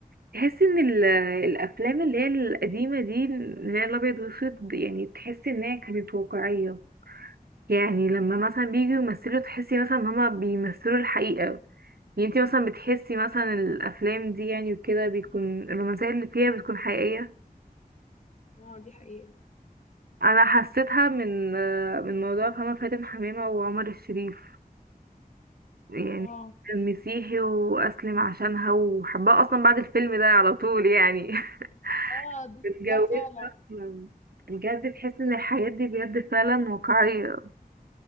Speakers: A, on the right; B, on the left.
A: تحسي ان ال- الافلام اللي هي القديمه دي اللي هي الابيض والاسود يعني تحسي ان هي كانت واقعيه يعني لما مثلا بييجوا يمثلوا تحسي مثلا ان هما بيمثلوا الحقيقه يعني انتي مثلا بتحسي مثلا الافلام دي يعني وكده بيكون الرومانسيه اللي فيها بتكون حقيقيه
B: اه دي حقيقة
A: انا حسيتها من آه، من موضوع فما فاتن حمامه وعمر الشريف يعني
B: اه
A: المسيحي واسلم عشانها وحبها اصلا بعد الفيلم ده على طول يعني <laughs>
B: اه ده
A: اتجوزها
B: ده فعلا
A: أصلاً. بجد تحس ان الحاجات دي بجد فعلا واقعية